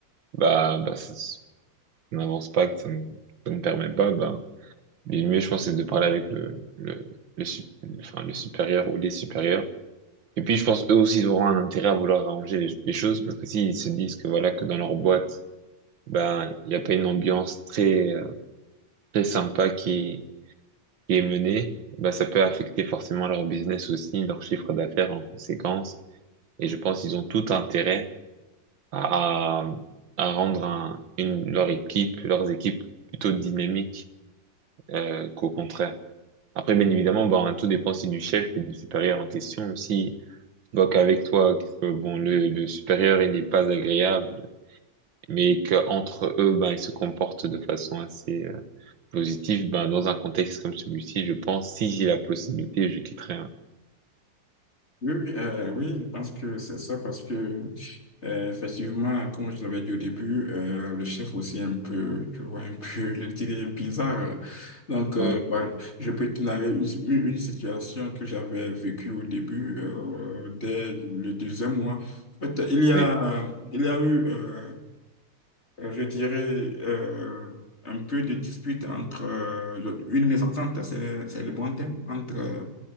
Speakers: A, on the right (about 75°); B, on the left (about 35°).
A: bah, bah, ça, s- ça n'avance pas, que ça ne, ça ne permet pas, bah, le mieux, je pense, c'est de parler avec le, le, le, sup- enfin, le supérieur ou les supérieurs Et puis, je pense eux aussi, ils auront un intérêt à vouloir arranger les, les choses parce que s'ils se disent que voilà, que dans leur boîte, ben, il n'y a pas une ambiance très, euh, très sympa qui, qui est menée, ben, ça peut affecter forcément leur business aussi, leur chiffre d'affaires en conséquence. Et je pense qu'ils ont tout intérêt à, à, à rendre un- une, leur équipe, leurs équipes plutôt dynamiques, euh, qu'au contraire. Après, bien évidemment, ben, tout dépend aussi du chef et du supérieur en question aussi Donc avec toi, que, bon, le, le supérieur, il n'est pas agréable, mais qu'entre eux, ben, ils se comportent de façon assez euh, positive, ben, dans un contexte comme celui-ci, je pense, si j'ai la possibilité, je quitterai. hein.
B: Oui, oui, euh, oui, je pense que c'est ça parce que, euh, effectivement, comme je l'avais dit au début, euh, le chef aussi est un peu, tu vois, un peu, je dirais, bizarre. Donc,
A: Oui,
B: euh, bah, je peux te narrer une, une- une situation que j'avais vécue au début, euh, dès le deuxième mois. En fait, il y a,
A: oui,
B: il y a eu, euh, euh, je dirais, euh, un peu de dispute entre, euh, une mésentente, c'est, c'est le bon thème entre